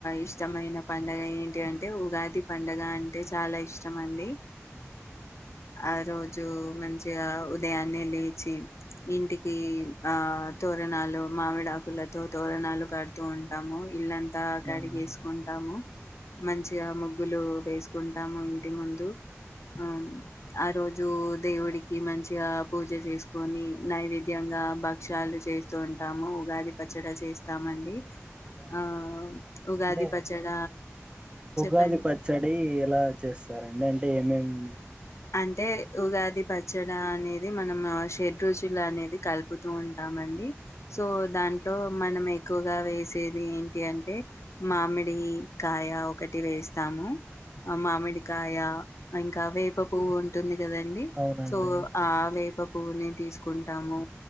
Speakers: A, on the left (about 70°); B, on the right (about 20°).
A: ఇష్టమైన పండుగ ఏంటి అంటే ఉగాది పండగ అంటే చాలా ఇష్టం అండి
B: ఉహూ
A: ఆ రోజు మంచిగా ఉదయాన్నే లేచి ఇంటికి ఆ తోరణాలు మామిడాకులతో తోరణాలు కడుతూ ఉంటాము ఇల్లంతా అంత
B: అవునా?
A: కడిగేసుకుంటాము మంచిగా ముగ్గులు వేసుకుంటాము ఇంటి ముందు ఆ ఆ రోజు దేవుడికి మంచిగా పూజ చేసుకొని నైవేద్యంగా బక్షాలు చేస్తూ ఉంటాము ఉగాది పచ్చడి చేస్తామండి
B: అంటే
A: ఆ ఉగాది పచ్చడ
B: ఉగాది
A: చెప్పండి
B: పచ్చడి ఎలా చేస్తారండి అంటే ఏమేమి ఉ
A: అంటే ఉగాది పచ్చడా అనేది మనం షెడ్ రుచులు అనేది కలుపుతూ ఉంటామండి సో దాంట్లో మనం ఎక్కువగా వేసేది ఏంటి అంటే మామి డి కాయ ఒకటి ఈ వేస్తాము ఆ మామిడికాయ ఇంకా వే ప పువ్వు ఉంటుంది కదండి
B: అవునండి
A: సో ఆ వేప పువ్వుని తీసుకుంటాము